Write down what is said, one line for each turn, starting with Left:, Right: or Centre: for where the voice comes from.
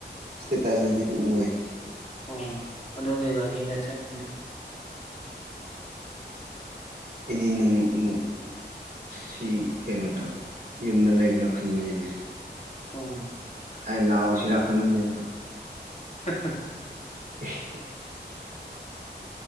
Right: ꯁ꯭ꯇꯦꯇꯥꯁꯇꯗꯤ ꯎꯋꯦ
Left: ꯑꯣ ꯑꯗꯨꯒꯤ ꯒꯥꯔꯤꯗ ꯆꯠꯄꯅꯤ
Right: ꯑꯩꯗꯤ ꯅꯨꯡ ꯅꯨꯡ ꯑ ꯁꯤ ꯀꯩꯅꯣꯗ ꯌꯨꯝꯗ ꯂꯩꯕ꯭ꯔꯥ ꯈꯟꯕꯅꯤꯅꯦ
Left: ꯎꯝ
Right: ꯑꯩ ꯂꯥꯎꯁꯤꯔ ꯈꯟꯕꯅꯦꯕ
Left: ꯍꯍ
Right: <unintelligible>